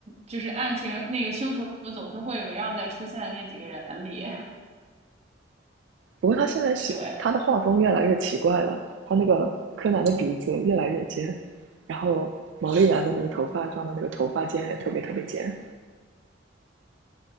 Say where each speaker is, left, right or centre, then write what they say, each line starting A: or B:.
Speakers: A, on the right (about 35°); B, on the right (about 70°).
A: 就是案情那个凶手总是会围绕在出现的那几个人里。
B: 不过他现在写他的画风越来越奇怪了，
A: <laughs> 对，
B: 他那个柯南的鼻子越来越尖，然后毛利兰的那个头发上的那个头发尖也特别特别尖，
A: 啊，